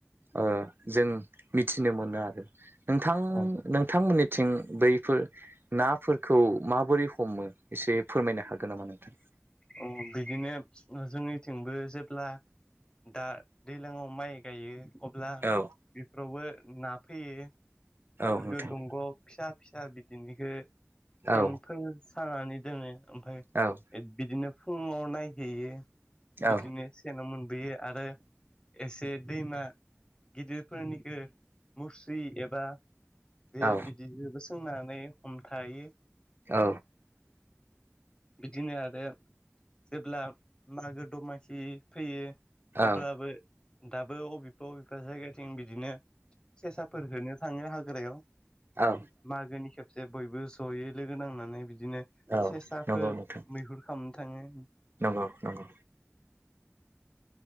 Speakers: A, on the right; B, on the left.
A: ओ जों मिथिनो मोनो आरो। नोंथां
B: औ
A: नोंथांमोननिथिं बैफोर नाफोरखौ माबोरै हमो एसे फोरमायनो हागोन नामा नोंथां?
B: अ बैदिनो ओ जोंनिथिंबो जेब्ला दा दैलांआव माइ गायो अब्ला
A: औ
B: बेफोरावबो ना फैयो।
A: औ
B: बेफोरखो
A: नोंथां
B: दंग' फिसा फि जा बिदिनिखो सेनफोर
A: औ
B: सानानै दोनो ओमफाय
A: औ
B: बिदिनो फुङाव नायहैयो
A: औ
B: बिदिनो सेनाव मोनबोयो आरो एसे दैमा गिदिरफोरनिखो मुस्रि एबा जे
A: औ
B: बिदिजोबो सोंनानै हमथायो ।
A: औ
B: बिदिनो आरो जेब्ला मागो दमासि फैयो
A: औ
B: अब्लाबो दाबो अबेबा अबेबा जायगा थिं बिदिनो सेसाफोर होनो थाङो हाग्रायाव
A: औ
B: मागोनि खेबसे बयबो जयै लोगो नांनानै बिदिनो
A: औ
B: सेसा
A: नंगौ
B: फोर
A: नोंथां
B: मैहुर खामनो थाङो ।
A: नंगौ नंगौ।